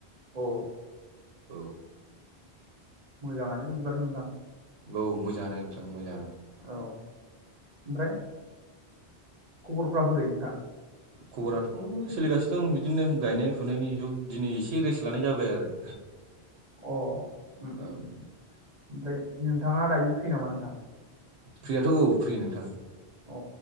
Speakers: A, on the right; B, on the right.
A: अ
B: औ
A: मोजाङानो बिदिबाथ' नोंथां।
B: औ मोजाङानो नोंथां मोजाङानो।
A: औ ओमफ्राय खबरफ्रा बोरै नोंथां?
B: खबराथ' सोलिगासिनो दं बिदिनो गायनाय फुनायनि जुग दिनै एसे रेस लानाय जाबाय आरो।
A: अ ओम ओमफ्राय
B: औ
A: नोंथाङा दायो फ्रि नामा नोंथां?
B: फ्रियाथ' औ फ्रि नोंथां।
A: अ